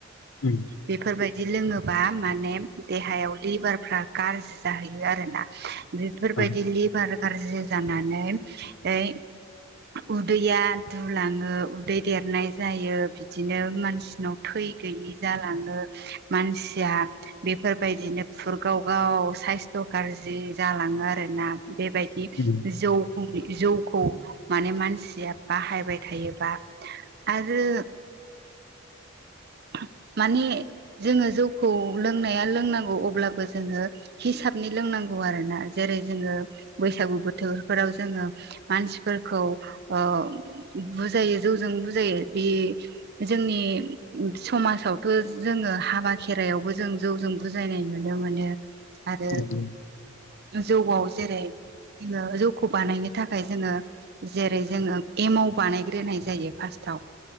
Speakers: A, on the left; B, on the right.
A: उम
B: बेफोरबायदि बिदि लोंङोबा माने देहायाव लिभारफ्रा गाज्रि जाहैयो आरो ना बेफोरबायदि
A: औ
B: लिभार गाज्रि जानानै नै उदैया दुलांङो उदै देरनाय जायो बिदिनो मानसिनाव थै गैयि जालांङो मानसिया बेफोरबायदिनो पुर गाव गाव साइस्थ' गाज्रि जालांङो आरोना बेबायदि
A: उम
B: जौ-जौखौ माने मानसिया बाहायबाय थायोबा आरो औ माने जोंङो जौखौ लोंनाया लोंनांगौ अब्लाबो जोंङो हिसाब नि लोंनांगौ आरो ना जेरै जोंङो बैसागु बोथोरफोराव जोंङो मानसिफोरखौ ओ बुजायो जौजों बुजायो बे जोंनि समाजावथ' जोंङो हाबा खेराइायावबो जों जौजों बुजायनाय मोनो मोनो आरो
A: नंगौ
B: जौआव जेरै जोंङो जौखौ बानायनो थाखाय जोंङो जेरै जोंङो एमाव बानायग्रोनाय जायो फार्स्टाव